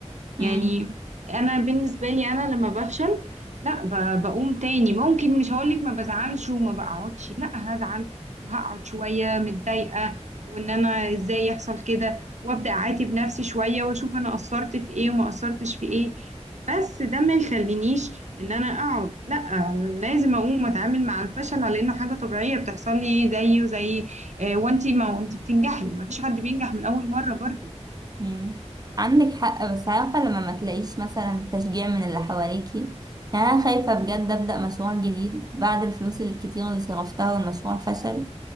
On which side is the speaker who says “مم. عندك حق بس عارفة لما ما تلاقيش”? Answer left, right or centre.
Right